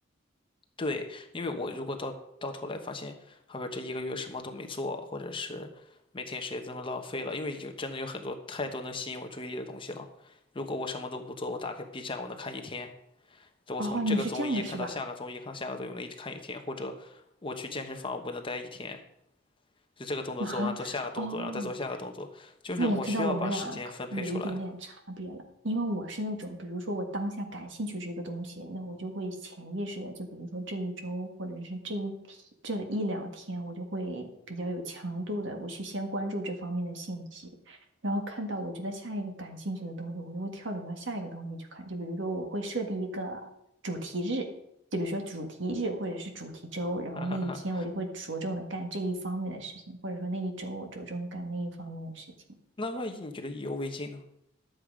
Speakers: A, on the left (about 25°); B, on the right (about 65°).
A: 对，因为我如果到到头来发现，后边这一个月什么都没做，或者是每天时间这么浪费了，因为有真的有很多太多能吸引我注意力的东西了。如果我什么都不做，我打开 B 站，我能看一天，就我从这个综艺看到下个综艺，
B: 哦，你是这样的，是吧？
A: 看到下个综艺，我能一直看一天，或者我去健身房，我能待一天，就这个动作做完，
B: 啊，
A: 做下个动作，
B: 哦，
A: 然后再做下个动作，就是我需要把时间分配出来。
B: 那我知道我们俩可有一点点差别了，因为我是那种，比如说我当下感兴趣这个东西，那我就会潜意识的，就比如说这一周或者是这一天这一两天，我就会比较有强度的，我去先关注这方面的信息，然后看到我觉得下一个感兴趣的东西，我就会跳转到下一个东西去看。就比如说我会设定一个主题日，就比如说主题日或者是主题周，
A: <laughs>
B: 然后那一天我就会着重的干这一方面的事情，
A: 哈哈哈，
B: 或者说那一周我着重干那一方面的事情。
A: 那万一你觉得意犹未尽呢？